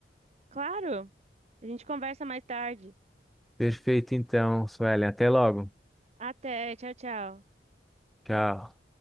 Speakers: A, on the right; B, in the centre.
A: Claro! A gente conversa mais tarde.
B: Perfeito, então, Suelen. Até logo.
A: Até, tchau, tchau.
B: Tchau.